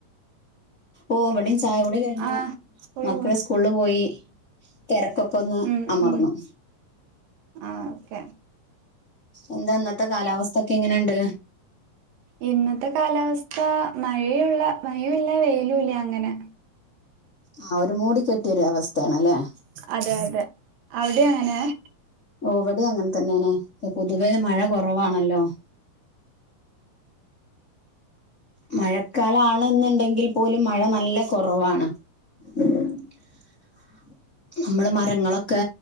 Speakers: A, on the left (about 50°); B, on the right (about 80°).
A: ഓഹ് വിടെചായ കൊ കഴിഞ്ഞു
B: ആഹ് സ്കൂളിൽ
A: മക്കള്
B: പോ
A: സ്കൂളിൽ പോയി തിരക്കൊക്കെൊന്ന്
B: ഉം
A: അമർന്നു.
B: ഉം ആഹ് ഒക്കെ.
A: എന്താ ഇന്നത്തെ കാലാവസ്ഥ ഒക്കെ എങ്ങനെണ്ട്?
B: ഇന്നത്തെ കാലാവസ്ഥ മഴയുള്ള മഴല്ല വെയിലുംല്ല അങ്ങനെ-
A: ആഹ് ഒരു മൂടി കെട്ടിയൊ ഒരു അവസ്ഥണ് അല്ലേ-
B: അതെ അതെ അവിടെ അങ്ങനെ-
A: ഓഹ് വിടെ അങ്ങനെ തന്നെണ് പൊതുവെ മഴ കൊറവാണല്ലോ- മഴക്കാല ആണെന്ന്ണ്ടങ്കിൽ പോലും മഴ നല്ല കൊറവാണ്- <unintelligible> നമള് മരങ്ങളൊക്കെ